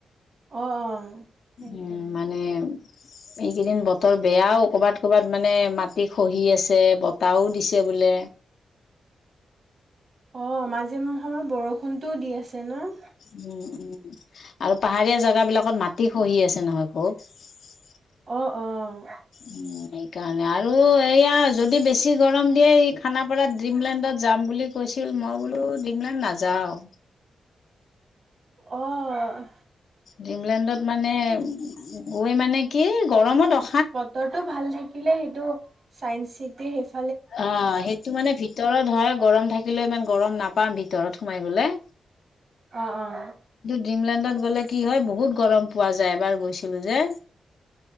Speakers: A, on the right; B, on the left.
A: অ', -অ', সেইটোৱে
B: উম', মানে এইকেইদিন বতৰ, তোৰ বেয়াও ক'ৰবাত-ক'ৰবাত, মানে মাটি খহি আছে, বতাহও দিছে বোলে।
A: অ', মাজে সময়ত বৰষুণটোও দি আছে ন',?
B: উম', -উম', আৰু পাহাৰীয়া জেগা বিলাকত মাটি খহি আছে। <unintelligible>
A: অহ', -অহ',
B: উম সেইকাৰণে আৰু এইয়া যদি বেছি গৰম দিয়ে এই খানাপাৰাত ড্ৰিমলেণ্ডত যাম বুলি কৈছিল। মই বোলো ড্ৰিমলেণ্ড নাযাওঁ।
A: অ',
B: ড্ৰিমলেণ্ডত মানে গৈ মানে কি গৰমত অ'
A: বতৰটো ভাল থাকিলে সেইটো। চায়েঞ্চচিটি সেইফালে যায়।
B: অ' সেইটো মানে ভিতৰত। হয় গৰম থাকিলে ইমান গৰম নাপাম ভিতৰত সোমাই গ'লে।
A: অ' অ'।
B: ড্ৰীমলেণ্ডত গ'লে কি হয় বহুত গৰম পোৱা যায় এবাৰ গৈছিলো যে!